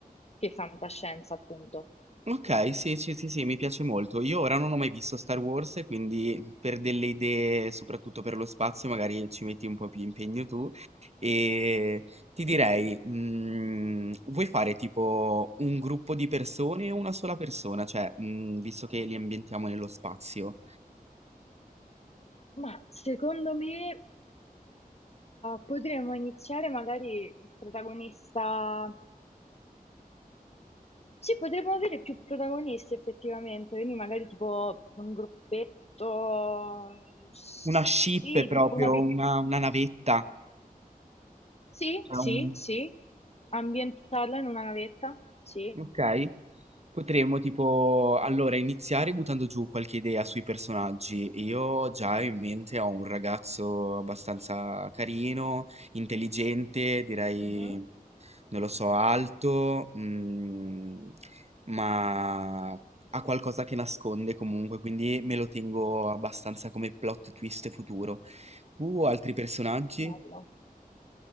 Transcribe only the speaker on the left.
che fantascienza, appunto.
Sì.
Ma secondo me, eh, potremmo iniziare magari il protagonista. Sì, potremmo avere più protagonisti effettivamente, quindi magari tipo un gruppetto, sì,
tipo una pic-
Sì,
sì,
sì, ambientarla in una navetta, sì.
Mhm,
Bello.